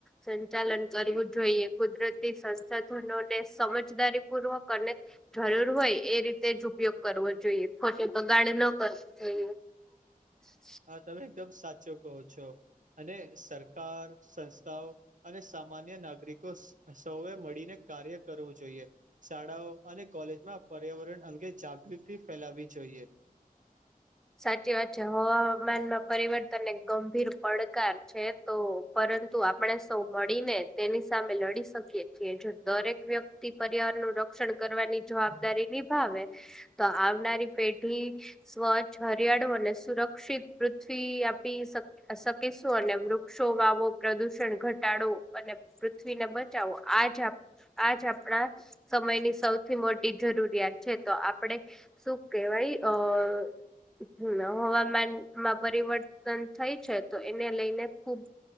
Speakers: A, in the centre; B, on the right (about 60°).
A: સંચાલન કરવું જોઈએ કુદરતી સંસાધનોને સમજ જદારી પૂર્વક અને જરૂર હોય એ રીતે જ ઉપયોગ કરવો જોઈએ ખોટો બગાડ ન કર <inaudible>
B: હા તમે એકદમ સાચો કહો છો. અને સરકાર સંસ્થાઓ અને સામાન્ય નાગરિકો સૌએ મળીને કાર્ય કરવું જોઈએ શાળાઓ અને કોલેજમાં પર્યાવરણ અંગે જાગૃતિ ફેલાવી જોઈએ. જોઈએ.
A: <inaudible> સાચી વાત છે, હવામાનમાં પરિવર્તનને ગંભીર પડકાર છે, તો પરંતુ આપણે સૌ મળીને તેની સામે લડી શકીએ છીએ, જો દરેક વ્યક્તિ પરિવારનું રક્ષણ કરવાની જવાબદારી નિભાવે તો આવનારી પેઢી સ્વચ્છ હરિયાળો અને સુરક્ષિત પૃથ્વી આપી શકેશું અને વૃક્ષો વાવો પ્રદૂષણ ઘટાડો અને પૃથવીને બચાવો આજ આજ આપણા સમયની સૌથી મોટી જરૂરિયાત છે, તો આપડે શું કેહેવાય ભાઈ આ હમ્મ હવામાનમાં પરિવર્તન થઈ છે તો એને લઈને ખુબ